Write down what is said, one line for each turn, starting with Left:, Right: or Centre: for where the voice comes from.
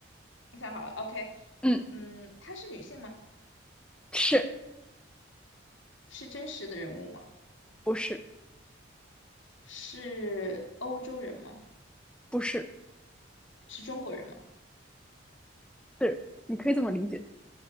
Left: 我想好了，OK，
Centre: 嗯，
Left: 嗯，她是女性吗？
Centre: 是
Left: 是真实的人物吗？
Centre: 不是
Left: 是欧洲人吗？
Centre: 不是
Left: 是中国人吗？
Centre: 是，你可以这么理解。